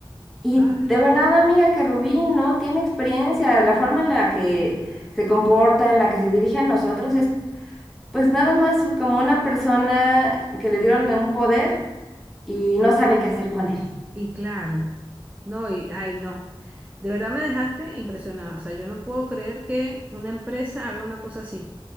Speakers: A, in the centre; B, on the right.
A: Y
B: Ay,
A: de verdad,
B: no.
A: amiga, que Rubí no tiene experiencia, la forma en la que se comporta, en la que se dirige a nosotros es pues nada más como una persona que le dieron un poder y no sabe qué hacer con él.
B: y claro, no, y ay, no. De verdad me dejaste impresionada. O sea, yo no puedo creer que una empresa haga una cosa así.